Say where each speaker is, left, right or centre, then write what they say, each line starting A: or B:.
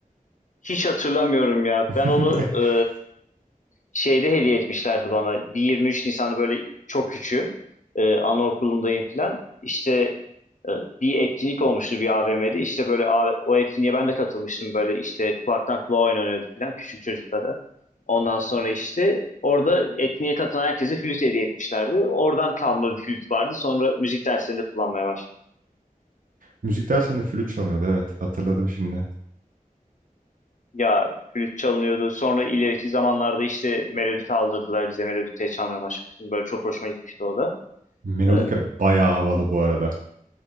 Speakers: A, on the left (about 60°); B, on the right (about 70°).
A: hiç hatırlamıyorum ya.
B: <laughs>
A: Ben onu e, şeyde hediye etmişlerdi bana. Bir 23 Nisan'da böyle çok küçüğüm. Ee, anaokulundayım falan. İşte e, bir etkinlik olmuştu bir AVM'de. İşte böyle A- o etkinliğe ben de katılmıştım. Böyle işte kulaktan kulağa oynanıyordu falan küçük çocuklara. Ondan sonra işte orada etkinliğe katılan herkese flüt hediye etmişlerdi. Oradan kalma bir flüt vardı. Sonra müzik derslerinde kullanmaya başladım.
B: Müzik dersinde flüt çalınıyordu evet hatırladım şimdi.
A: Ya flüt çalınıyordu. Sonra ileriki zamanlarda işte melodi kaldırdılar bize. Melodi çalmaya başlamıştım. Böyle çok hoşuma gitmişti o da.
B: Melodika
A: Ee,
B: bayağı havalı bu arada.